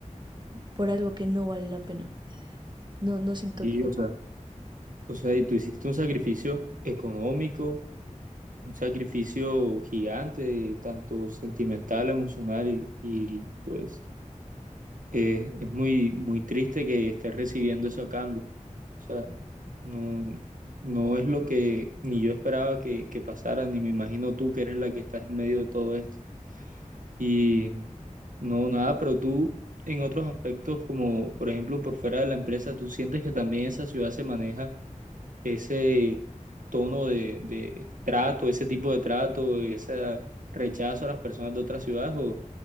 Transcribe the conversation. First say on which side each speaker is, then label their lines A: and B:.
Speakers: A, on the right (about 35°); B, on the right (about 85°).
A: por algo que no vale la pena. No, no siento
B: sí,
A: que...
B: o sea. O sea, y tú hiciste un sacrificio económico un sacrificio gigante, tanto sentimental, emocional y, y, pues eh, es muy, muy triste que estés recibiendo eso a cambio. O sea, no, no es lo que ni yo esperaba que, que pasara, ni me imagino tú que eres la que estás en medio de todo esto. Y no, nada, pero tú en otros aspectos, como por ejemplo por fuera de la empresa, tú sientes que también esa ciudad se maneja ese tono de, de trato, ese tipo de trato, ese rechazo a las personas de otras ciudades o,